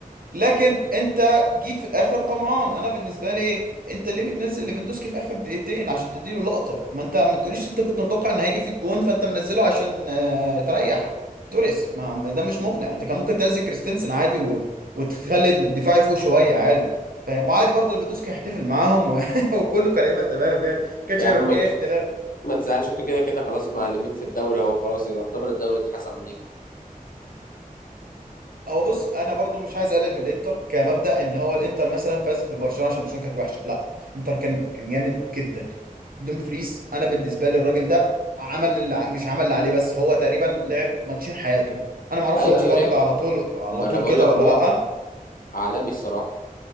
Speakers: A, on the right; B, on the left.
A: لكن انت جيت في الاخر طمعان انا بالنسبه لي انت ليه بتنزل ليفاندوسكي في اخر دقيقتين عشان تديله اللقطه ما انت ما تقوليش انت كنت متوقع ان هيجي فيك جون فانت منزله عشان آه، تريح توريس ما ما ده مش مقنع انت كان ممكن تنزل كريستنسن عادي و... وتخلي الدفاع يفوق شويه عادي فاهم وعادي برضه ليفاندوسكي هيحتفل معاهم و... <laughs> وكله كان هيبقى تمام يعني ما كانش
B: يا
A: هيبقى
B: عم
A: فيه
B: انت
A: اي اختلاف
B: ما تزعلش انتوا كده كده خلاص معلمين في الدوري اهو خلاص يعتبر الدوري اتحسم ليكم
A: هو بص انا برضو مش عايز اقلل من الانتر كمبدا ان هو الانتر مثلا فاز ببرشلونه عشان برشلونه كانت وحشه لا الانتر كان كان جامد جدا دوم فريز انا بالنسبه لي الراجل ده عمل اللي ع- مش عمل اللي عليه بس هو تقريبا لعب ماتشين حياته انا ما اعرفش
B: ايوه
A: هو مستواه
B: ايوه لعب
A: كده على طول
B: ما
A: على طول
B: انا بقول
A: كده
B: لك
A: ولا
B: هو
A: لا
B: عالمي الصراحه